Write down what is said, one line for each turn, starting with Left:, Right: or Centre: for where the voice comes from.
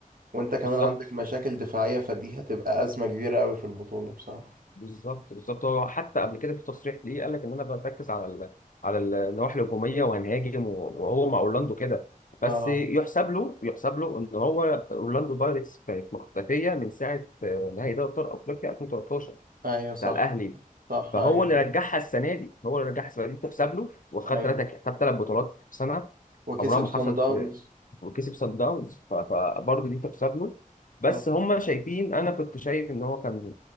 Right: وانت كمان
Left: بالظبط
Right: عندك مشاكل دفاعيه فدي هتبقى ازمه كبيره قوي في البطوله بصراحه
Left: بالظبط بالظبط هو حتى قبل كده في تصريح ليه قال لك ان انا بركز على ال... على النواحي الهجوميه وهنهاجم و- وهو مع اورلاندو كده
Right: اه
Left: بس يحسب له يحسب له ان هو اورلاندو بايرتس كانت مختفيه من ساعه آه، نهائي دوري ابطال افريقيا 2013
Right: ايوه صح
Left: بتاع الاهلي
Right: صح
Left: فهو
Right: ايوه
Left: اللي
Right: فاكر
Left: رجعها السنه دي هو اللي رجعها السنه دي تحسب له وخد
Right: ايوه
Left: ثلاثه خد ثلاث بطولات في سنه
Right: وكسب
Left: عمرها ما
Right: صن
Left: حصلت
Right: داونز
Left: في وكسب سان داونز ف- فبرضه دي تحسب له بس
Right: اه
Left: هم شايفين انا كنت شايف ان هو كان